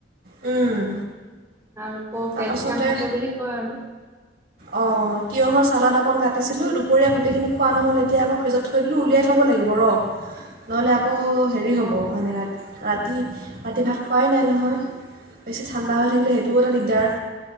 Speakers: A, on the right (about 60°); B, on the right (about 20°).
A: উম।
B: আৰু আকৌ
A: তাৰপাছতে
B: কেলচিয়াম থাকে বুলি কয় আৰু।
A: অ' তিঁয়হৰ চালাদ অকণ কাটিছিলোঁ দুপৰীয়া গোটেইখিনি খোৱা নহ'ল এতিয়া আকৌ ফ্ৰিজত থৈ দিলোঁ উলিয়াই থ'ব লাগিব ৰ'
B: <inaudible>
A: নহ'লে আকৌ হেৰি হ'ব
B: অ
A: মানে ৰাতি ৰাতি ভাত খোৱাই নাই নহয় বেছি ঠাণ্ডা হৈ থাকিলে সেইটোও এটা দিগদাৰ।